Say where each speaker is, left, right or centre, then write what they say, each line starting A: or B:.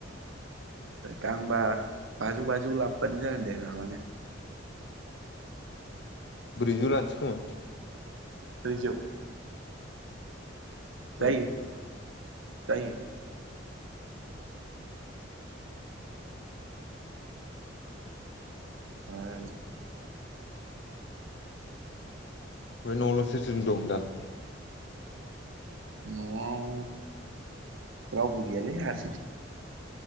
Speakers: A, on the right; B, on the left.
A: दांबा बाजौ बाजौ लाबोबानो जागोन दे लाबानो
B: ब्रैजौ लाानोसै खोमा
A: ब्रैजौ?
B: औ
A: जायो
B: ओमफ्राय
A: जायो। ह <unintelligible>
B: बेओ न'आवलाय सोर सोर दं दालय?
A: न'आव रावबो गैयालै हार